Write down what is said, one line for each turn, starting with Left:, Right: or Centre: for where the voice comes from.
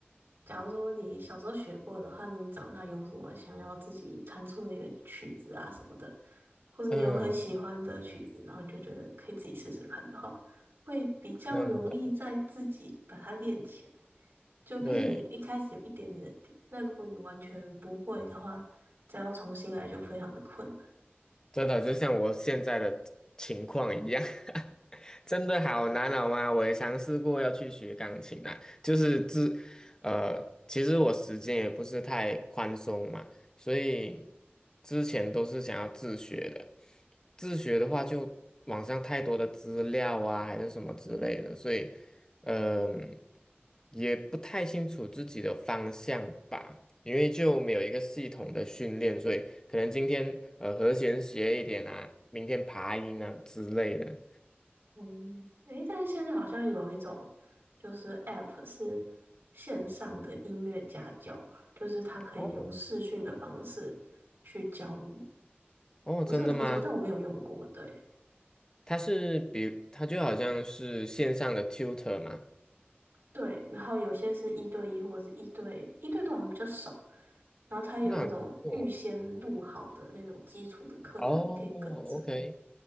Right: 假如说你小时候学过的话，那你长大有什么想要自己弹出的一个曲子啊什么的，或者你有很喜欢的曲子，
Left: 嗯，
Right: 然后你就觉得可以自己试试看的话，会比较容易在自己把它练起来。
Left: 真的
Right: 就毕竟你一开始有一点点的底，
Left: 对。
Right: 那如果你完全不会的话，再要重新来就非常的困难。
Left: 真的就像我现在的情况一样，<laughs> 真的好难熬啊！我也尝试过要去学钢琴啊，就是自，呃，其实我时间也不是太宽松嘛，所以之前都是想要自学的。自学的话，就网上太多的资料啊，还是什么之类的，所以，嗯、也不太清楚自己的方向吧。因为就没有一个系统的训练，所以可能今天呃和弦学一点啊，明天爬音啊之类的。
Right: 嗯，诶，但是现在好像有一种就是 App 是线上的音乐家教吧，就是它可以用视讯的方式去教你。
Left: 哦，哦，
Right: 我是有听说，
Left: 真的吗？
Right: 但我没有用过。对
Left: 它是比它就好像是线上的 tutor 嘛，
Right: 对，然后有些是一对一或者是一对一对多好像比较少，然后它有那种预先录好的那种基础的课程，
Left: 那很不错。哦
Right: 你可以跟着。
Left: ，OK